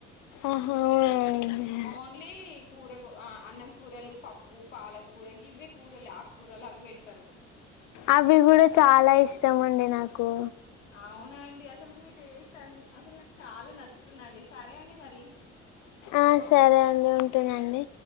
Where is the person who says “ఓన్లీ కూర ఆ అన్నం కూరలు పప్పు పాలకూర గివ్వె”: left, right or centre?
Left